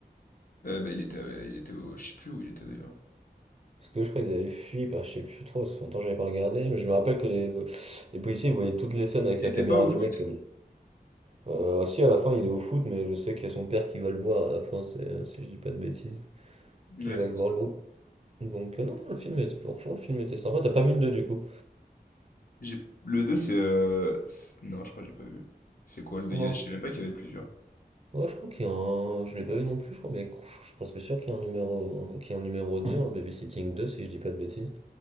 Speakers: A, on the left; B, on the right.
A: Euh, bah, il était, euh, il était au, je sais plus où il était d'ailleurs.
B: Parce que je crois qu'ils avaient fui, bah, je sais plus trop, ça fait longtemps que j'avais pas regardé, mais je me rappelle que les, les policiers ils voyaient toutes les scènes avec
A: Il
B: la
A: était
B: caméra
A: pas au foot?
B: du mec comme. Euh, aussi à la fin il est au foot, mais je sais qu'il y a son père qui va le voir à la fin, c'est, euh, si je dis pas de bêtises,
A: Ouais,
B: qui va
A: c'est
B: le
A: ça.
B: voir jouer. Donc euh, non, non, le film est, franchement le film était sympa. T'as pas vu le 2 du coup?
A: J'ai- Le 2 c'est... euh, c'est- Non, je crois que j'ai pas vu. C'est quoi le deux Il
B: Non,
A: y a- Je savais même pas qu'il y avait plusieurs.
B: Ouais, je crois qu'il y a un. Je l'ai pas vu non plus, je crois, mais je suis presque sûr qu'il y a un numéro, qu'il y a un numéro deux un Babysitting deux si je dis pas de bêtises.